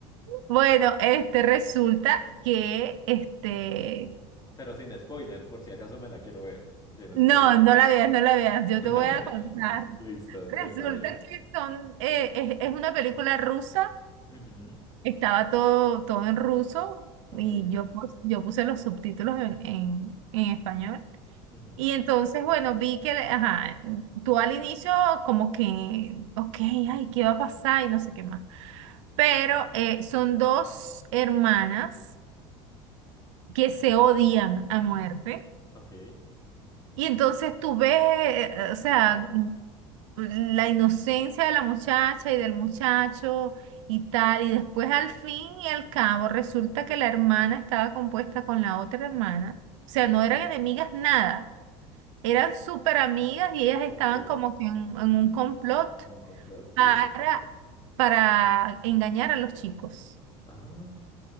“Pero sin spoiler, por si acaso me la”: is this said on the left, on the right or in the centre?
Left